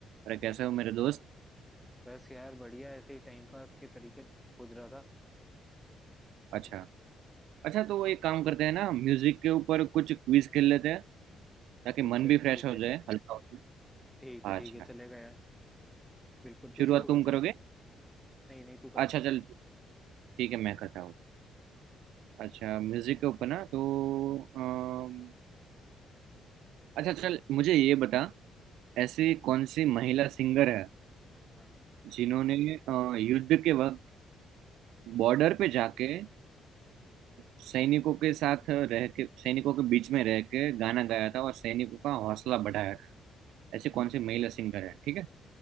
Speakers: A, on the right; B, in the centre.
A: अरे कैसे हो मेरे दोस्त
B: बस यार बढ़िया ऐसे ही टाइम पास के तरीके खोज रहा था
A: अच्छा अच्छा तो एक काम करते हैं ना म्यूजिक के ऊपर कुछ क्विज खेल लेते हैं ताकि
B: चल
A: मन
B: चल
A: भी फ्रेश
B: ठीक
A: हो
B: है
A: जाए हल्का हो जाए
B: ठीक है ठीक
A: अच्छा
B: है चलेगा यार बिल्कुल तू
A: शुरुआत
B: शुरू
A: तुम
B: कर
A: करोगे
B: चल नहीं नहीं तू कर
A: अच्छा चल ठीक है मैं करता हूँ अच्छा म्यूजिक के ऊपर ना तो अम, अच्छा चल मुझे ये बता ऐसी कौन सी महिला सिंगर है
B: हाँ
A: जिन्होंने अ, युद्ध के वक्त बॉर्डर पे जाके अ, सैनिकों के साथ रह के सैनिकों के बीच में रह के गाना गाया था और सैनिकों का हौसला बढ़ाया था ऐसे कौन
B: ठीक
A: से महिला सिंगर हैं ठीक है